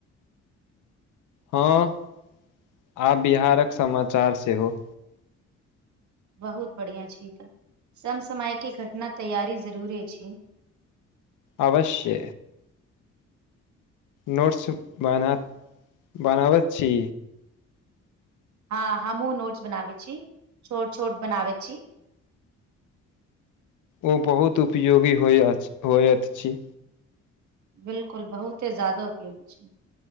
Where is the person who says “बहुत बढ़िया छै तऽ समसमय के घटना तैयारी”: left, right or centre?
Right